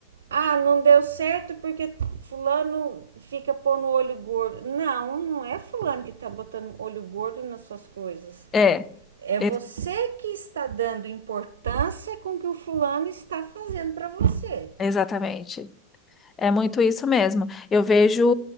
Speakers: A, on the right; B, on the left.
A: Ah, não deu certo porque fulano fica pondo olho gordo. Não, não é fulano que tá botando olho gordo nas suas coisas.
B: É,
A: É
B: e-
A: você que está dando importância com o que o fulano está fazendo para você.
B: exatamente. É muito isso mesmo. Eu vejo,